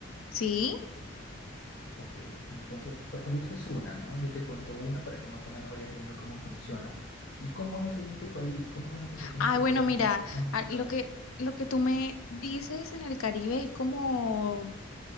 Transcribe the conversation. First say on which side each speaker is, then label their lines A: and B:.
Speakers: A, on the left; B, on the left.
A: Sí.
B: Ok, entonces, por ejemplo, esa es una, ¿no? Yo te cuento una para que más o menos vayas viendo cómo funciona. ¿Y cómo es ahí en tu país? ¿Cómo son las expresiones
A: Ay,
B: culturales
A: bueno, mira,
B: con respecto a la música?
A: ah, lo que, lo que tú me dices en el Caribe es como